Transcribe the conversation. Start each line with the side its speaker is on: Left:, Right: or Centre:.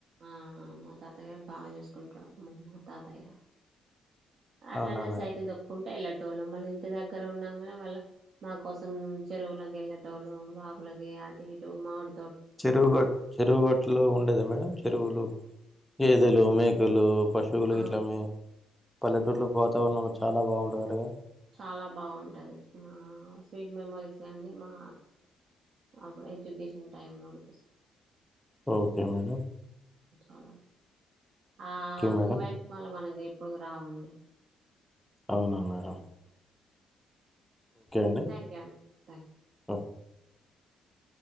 Right: ఆఆ మా తాతయ్యా బా చూసుకుంటడు మా తాతయ్యా అట్లనే
Centre: అవునా మేడం
Right: సైకిల్ దొక్కుంటే ఎళ్లడ్ టోళ్ళం మళ్ళ ఇంటి దగ్గర ఉండంగనే మళ్ళ మా కోసం చెరువులకి కెళ్ళటోళ్ళు వాకులకి అటు ఇటు మాడ్
Centre: చెరువుగట్ చెరువుగట్టులో ఉండేదా మేడమ్ చెరువులు గేదెలు, మేకలూ, పశువులు గిట్ల
Right: ఆ
Centre: మి పల్లెటూర్లో వాతావరణం చాలా బాగుంటదట గదా
Right: చాలా బాగుంటది మా స్వీట్ మెమరీస్ గానీ మా అప్పుడు ఎడ్యుకేషన్ టైంలోనే
Centre: ఒకే మేడమ్
Right: ఆ ఆ
Centre: మేడం
Right: మూమెంట్ మళ్ళ మనకి ఎప్పుడుకీ రావండీ
Centre: అవునా మేడమ్ అండి
Right: థాంక్యూ అండి థాంక్యూ
Centre: ఓ